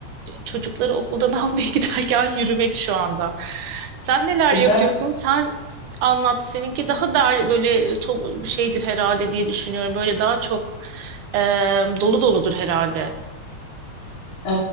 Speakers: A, on the right; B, on the left.
A: çocukları okuldan <laughs> almaya giderken yürümek şu anda. Sen neler
B: Bir
A: yapıyorsun?
B: de
A: Sen anlat. Seninki daha da böyle to- şeydir herhalde diye düşünüyorum. Böyle daha çok e, dolu doludur herhalde.
B: e,